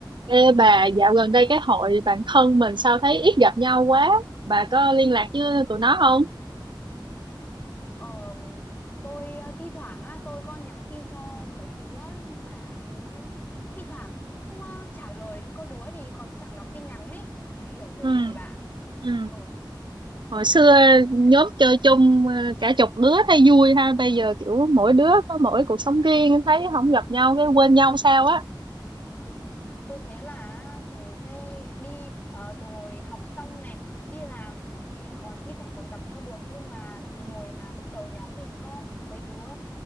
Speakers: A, on the right; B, on the left.
A: Ê bà, dạo gần đây cái hội bạn thân mình sao thấy ít gặp nhau quá. Bà có liên lạc với tụi nó không?
B: Ờ, tôi ờ, thi thoảng á tôi có nhắn tin cho mấy đứa á, nhưng mà thấy thi thoảng chúng nó trả lời có đứa thì còn chẳng đọc tin nhắn ấy chả hiểu kiểu
A: Ừ,
B: gì bạn
A: ừ.
B: ừ
A: Hồi xưa
B: không
A: nhóm
B: biết
A: chơi chung ờ, cả chục đứa thấy vui ha. Bây giờ kiểu mỗi đứa có mỗi cuộc sống riêng thấy không gặp nhau cái
B: ừ.
A: quên nhau sao á.
B: Ừ, Tôi thấy là từ cái đi ờ, từ hồi học xong này đi làm thì còn thi thoảng còn gặp nhau được nhưng mà từ hồi
A: Ừ.
B: mà bắt đầu nhóm mình có mấy đứa